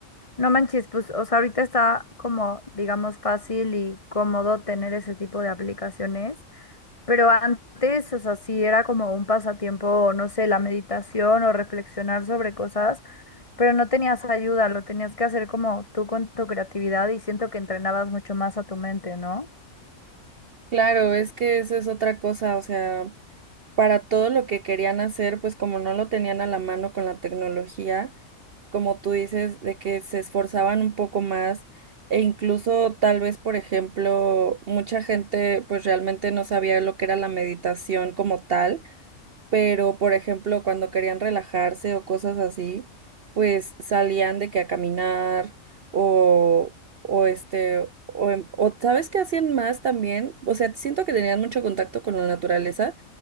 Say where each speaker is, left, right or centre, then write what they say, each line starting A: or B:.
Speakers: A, on the left; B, on the right.
A: No manches, pues, o sea, ahorita está como, digamos, fácil y cómodo tener ese tipo de aplicaciones, pero antes, o sea, sí era como un pasatiempo, no sé, la meditación o reflexionar sobre cosas. Pero no tenías ayuda, lo tenías que hacer como tú con tu creatividad y siento que entrenabas mucho más a tu mente, ¿no?
B: Claro, es que eso es otra cosa, o sea, para todo lo que querían hacer, pues como no lo tenían a la mano con la tecnología, como tú dices, de que se esforzaban un poco más e incluso tal vez, por ejemplo, mucha gente pues realmente no sabía lo que era la meditación como tal pero por ejemplo, cuando querían relajarse o cosas así, pues salían de que a caminar o, o este, o, en- o ¿sabes qué hacían más también? O sea, siento que tenían mucho contacto con la naturaleza,